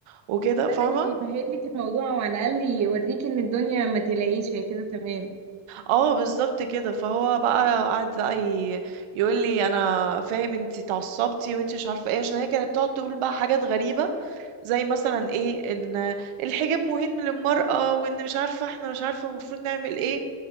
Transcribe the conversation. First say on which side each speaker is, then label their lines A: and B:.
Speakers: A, on the right; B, on the right.
A: وكده فاهمة
B: بدأ يبهدلك الموضوع وعلى الاقل يوريك ان الدنيا ما تلاقيش هي كده تمام
A: اه بالظبط كده فهو بقى قعد بقى ي... يقول لي انا فاهم انتي اتعصبتي وانتي مش عارفة ايه عشان هي كانت بتقعد تقول بقى حاجات غريبة زي مثلا ايه ان الحجاب مهم للمرأة وان مش عارفة احنا مش عارفة المفروض نعمل ايه